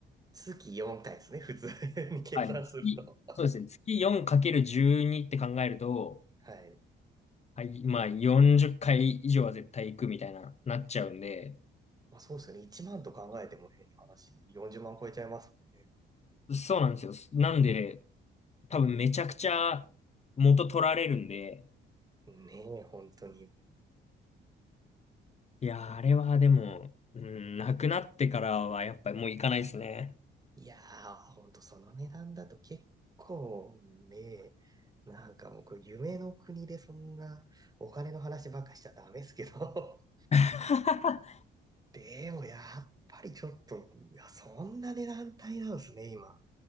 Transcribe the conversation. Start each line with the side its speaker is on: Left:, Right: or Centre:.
Right: 月4回ですね、普通に <laughs> 計算すると。
Left: はい。月、そうですね。月 4×12 って考えると、
Right: はい。
Left: はい、まあ40回以上は絶対行くみたいな、なっちゃうんで、
Right: まあそうですよね。1万と考えても変な話、40万超えちゃいますも
Left: そうなんですよ。なんで、多分めちゃくちゃ元取られるんで、
Right: んね。ねえ、本当に。
Left: いやー、あれはでも、うん、なくなってからはやっぱりもう行かないですね。
Right: いやー、本当その値段だと結構ね、なんかもうこれ夢の国でそんなお金の話ばっかしちゃダメですけど。
Left: <laughs>
Right: でもやっぱりちょっと、いやそんな値段帯なんですね、今。